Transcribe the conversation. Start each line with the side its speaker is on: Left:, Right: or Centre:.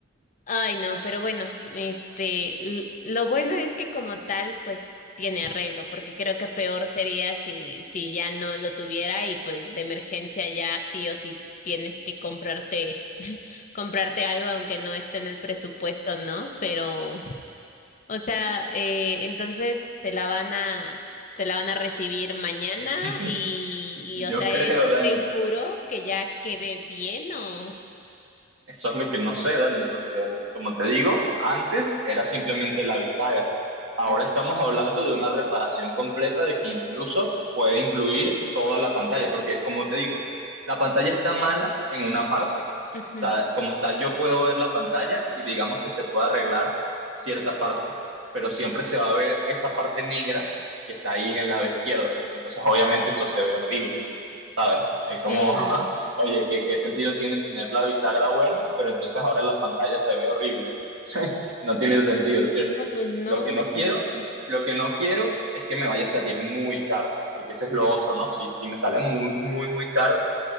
Left: ay, no, pero bueno, este, l- lo bueno es que como tal, pues tiene arreglo, porque creo que peor sería si, si ya no lo tuviera y pues de emergencia ya sí o sí tienes que comprarte. comprarte algo aunque no esté en el presupuesto, ¿no? Pero, o sea, eh, entonces te la van a, te la van a recibir mañana
Right: <laughs>
Left: y,
Right: Yo
Left: y, o sea,
Right: creo,
Left: ¿es
Right: Dani.
Left: seguro que ya quede bien o?
Right: Eso es lo que no sé, Dani, porque como te digo, antes era simplemente la bisagra. Ahora
Left: Mm,
Right: estamos hablando de una reparación completa de que incluso puede incluir toda la pantalla, porque como te digo, la pantalla está mala en una parte.
Left: ujú.
Right: O sea, como tal, yo puedo ver la pantalla y digamos que se puede arreglar cierta parte, pero siempre se va a ver esa parte negra que está ahí en el lado izquierdo. Entonces, obviamente eso se ve horrible, ¿sabes?
Left: Sí,
Right: Es como <laughs> Oye, ¿qué, qué sentido tiene tener la bisagra buena, pero entonces ahora la pantalla se ve horrible? <laughs> No tiene sentido, ¿cierto?
Left: no, pues no,
Right: Lo que no
Left: obviamente.
Right: quiero, lo que no quiero es que me vaya a salir muy caro, porque ese es lo otro, ¿no? Si, si me sale muy, muy, muy caro,